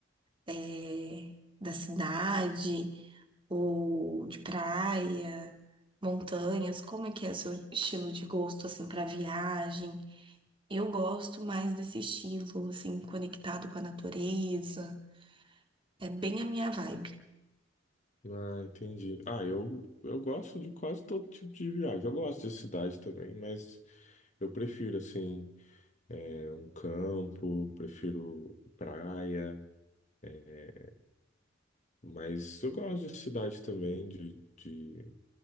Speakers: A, on the right; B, on the left.
A: eh, da cidade ou de praia, montanhas. Como é que é o seu estilo de gosto assim para viagem? Eu gosto mais desse estilo assim conectado com a natureza. É bem a minha vibe.
B: Ah, entendi. Ah, eu, eu gosto de quase todo tipo de viagem. Eu gosto de cidade também, mas eu prefiro, assim. é, um campo, prefiro praia, é, mas eu gosto de cidade também, de, de